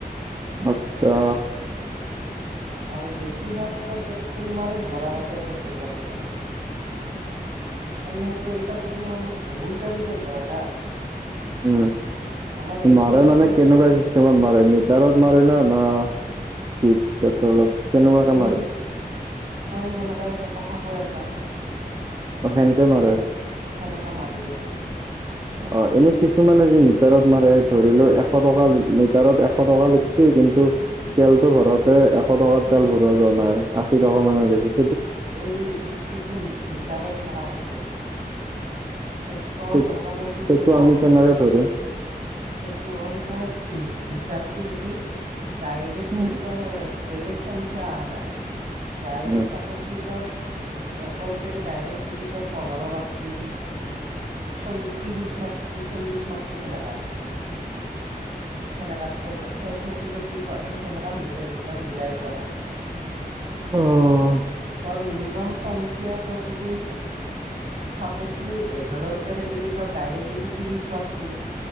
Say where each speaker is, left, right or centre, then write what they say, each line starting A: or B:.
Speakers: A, on the right (about 25°); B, on the right (about 60°).
A: আচ্ছা
B: আৰু বেছিভাগো পেট্ৰল মাৰে জৰা বাটৰ পেট্ৰল পাম্প গে তাত সেইটো কেইটা পেট্ৰল পাম্পত বহুত গাড়ী তেল ভৰাই না।
A: উম
B: আমাৰ এৰেপেৰাও
A: মাৰে মানে
B: যায় মানুহ
A: কেনেকুৱা
B: তাতে
A: চিষ্টেমত
B: ভৰাই।
A: মাৰে মিটাৰত মাৰে না সেই পেট্ৰলত কেনেকুৱাকে
B: এই
A: মাৰে
B: তই যেনেকুৱা এতিয়া কথা কৈ আছা
A: অ', সেনকে মাৰে
B: এই সেনেকা মাৰ দিয়ে তাৰমানে
A: অ এনে কিছুমানে
B: তই যদি
A: যে মিটাৰত মাৰে ধৰি লও এশ টকা লিটাৰত এশ টকা লেখছে কিন্তু তেলতো ভৰাতে এশ টকা তেল ভৰোৱা যোৱা নাই আশী টকা মানৰ গেষি
B: এই সেইটো মি মিটাৰে সেনেকা কৰি থৈ দিয়ে। এইটো তইয়ো
A: সেই-
B: ধৰ্বা নৰা এইটো
A: সেইটো
B: মইয়ো
A: আমি
B: ধৰ্বা
A: কেনেকে
B: নৰু
A: ধৰিম?
B: সেইটো হ'ল তই মিটাৰটো যদি ডাইৰেক্ট
A: উম,
B: যদি তোৰ বেলেগ সংখ্যা আহা নাই ডাইৰেক্ট
A: উম,
B: চাপ'জ ত একৰ পেৰে ডাইৰেক্ট যদি তোৰ পোন্ধৰ মাৰ্চি তোৰ চোন ত্ৰিছ মাৰিছে চল্লিছ মাৰিছে সেনেকা সেনেকা টোৰ সেই সেইটো পেট্ৰল সেনেকা মিটাৰ মিটাৰ মিলাই থোৱা থাকে।
A: অঁ
B: তৰ মিনিমাম সংখ্যাতৰ যদি চাপচলি এঘাৰৰ পৰাৰে যদি তই ডাইৰেক্টলি যদি তিৰিশ মাৰছি।